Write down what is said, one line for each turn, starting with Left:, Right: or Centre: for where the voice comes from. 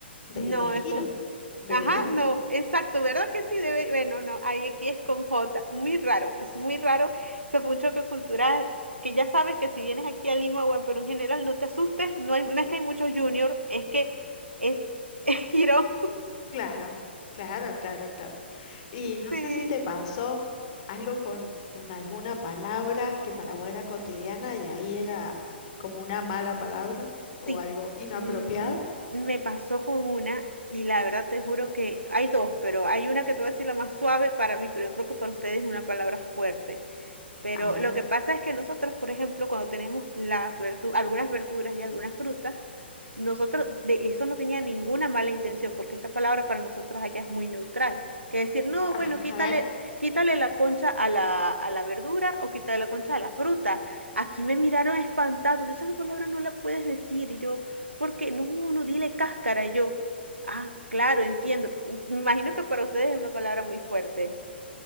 Left: de,
Right: No,
Left: de giro,
Right: es con
Left: de...
Right: Ajá,
Left: <laughs>
Right: no, exacto, ¿verdad que sí? Debe, bueno, no, ahí aquí es con J, muy raro, es muy raro. Eso fue un choque cultural que ya sabes que si vienes aquí a Lima o en Perú en general, no te asustes, no hay, no es que hay muchos juniors, es que es, <laughs> es girón.
Left: Claro, claro, claro, claro. Y no
Right: Sí,
Left: sé si te pasó algo con, con alguna palabra que para vos era cotidiana y ahí era como una mala palabra o
Right: sí,
Left: algo inapropiado.
Right: ujú, Me pasó con una y la verdad te juro que hay dos, pero hay una que te voy a decir la más suave para mí, pero yo creo que para ustedes es una palabra fuerte. Pero
Left: A ver,
Right: lo que pasa es que nosotros, por ejemplo, cuando tenemos las verdu- algunas verduras y algunas frutas, nosotros de eso no tenía ninguna mala intención, porque esta palabra para nosotros allá es muy neutral. Que decir, no,
Left: ajá,
Right: bueno, quítale,
Left: a ver.
Right: quítale la concha a la, a la verdura o quítale la concha a la fruta. Aquí me miraron espantados, esa palabra no la puedes decir. Y yo, porque no, no, no, dile cáscara. Y yo, ah, claro, entiendo. Me imagino que para ustedes es una palabra muy fuerte.